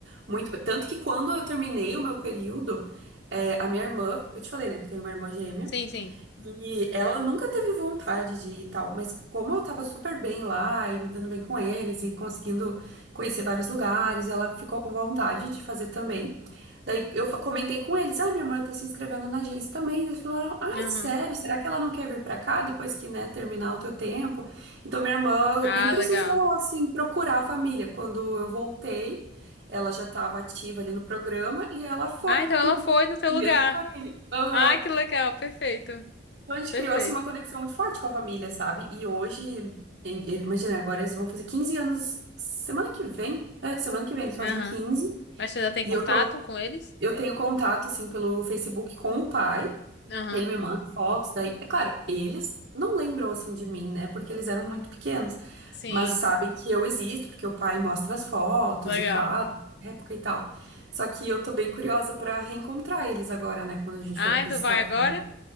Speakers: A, on the right; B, on the left.
A: muito bem. Tanto que quando eu terminei o meu período, é, a minha irmã, eu te falei, né, que eu tenho uma irmã gêmea.
B: Sim, sim.
A: E ela nunca teve vontade de ir e tal, mas como eu tava super bem lá e me dando bem com eles e conseguindo conhecer vários lugares, ela ficou com vontade de fazer também. Daí eu fa- comentei com eles: ai, minha irmã tá se inscrevendo na agência também. Eles falaram: ai,
B: Aham.
A: sério, será que ela não quer vir pra cá depois que, né, terminar o teu tempo? Então minha irmã
B: Ah,
A: nem precisou,
B: legal.
A: assim, procurar a família. Quando eu voltei, ela já tava ativa ali no programa e ela foi.
B: Ah, então ela foi
A: pra
B: no teu lugar.
A: mesma família. Aham.
B: Ah, que legal. Perfeito.
A: Então a gente
B: Perfeito.
A: criou assim uma conexão muito forte com a família, sabe? E hoje, em- imagina, agora eles vão fazer 15 anos semana que vem. É, semana que vem eles fazem
B: Aham.
A: 15
B: Mas você já tem
A: e
B: contato
A: eu tô
B: com eles?
A: eu tenho contato assim pelo Facebook com o pai.
B: Aham.
A: Ele me manda fotos daí. É claro, eles não lembram assim de mim, né? Porque eles eram muito pequenos,
B: Sim.
A: mas sabem que eu existo porque o pai mostra as fotos
B: Legal.
A: e fala na época e tal. Só que eu tô bem curiosa pra reencontrar eles agora, né, quando a gente
B: Ah,
A: for para
B: tu
A: os Estados
B: vai agora?
A: Unidos.